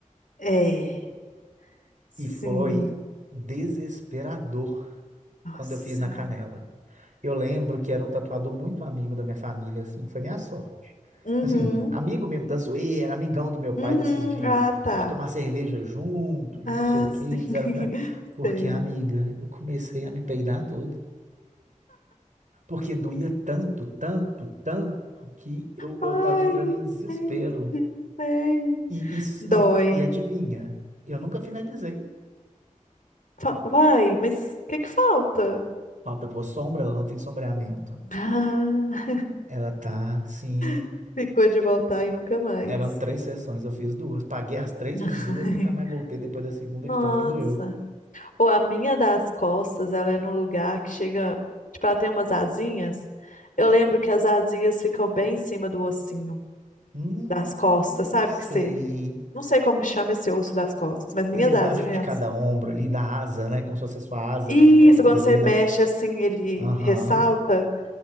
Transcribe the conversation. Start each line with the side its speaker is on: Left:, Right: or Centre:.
Left: É, sim.
Right: E foi desesperador
Left: Nossa.
Right: quando eu fiz na canela. Eu lembro que era um tatuador muito amigo da minha família, assim, que foi minha sorte.
Left: Uhum,
Right: Assim, amigo mesmo da zoeira, amigão do meu pai,
Left: uhum.
Right: desses de,
Left: Ah, tá.
Right: de tomar cerveja junto, de
Left: Ah,
Right: não sei o quê,
Left: sim.
Right: eles
Left: <laughs>
Right: eram muito. Porque,
Left: Sei.
Right: amiga, eu comecei a me peidar todo. Porque doía tanto, tanto, tanto, que eu, eu
Left: Ai,
Right: tava entrando em desespero.
Left: gente, sei.
Right: E isso,
Left: Dói.
Right: não, e adivinha, eu nunca finalizei.
Left: Fa- Uai, mas o que que falta?
Right: Falta pôr sombra, ela não tem sombreamento.
Left: Ah,
Right: Ela tá, sim.
Left: <laughs> ficou de voltar e nunca mais.
Right: Eram três sessões, eu fiz duas. Paguei as três,
Left: <laughs>
Right: fiz duas, nunca mais voltei depois da segunda,
Left: Nossa.
Right: de tanto que doeu.
Left: Ou a minha das costas, ela é num lugar que chega. Tipo, ela tem umas asinhas. Eu lembro que as asinhas ficam bem em cima do ossinho
Right: Hum,
Left: das costas, sabe?
Right: sei.
Left: Que você. Não sei como chama esse osso das costas, mas minhas
Right: Esse embaixo
Left: asinhas.
Right: de cada ombro ali, da asa, né? Como se fosse a sua asa
Left: Isso,
Right: nas costas
Left: quando
Right: ali,
Left: você mexe
Right: né?
Left: assim, ele
Right: Aham,
Left: ressalta.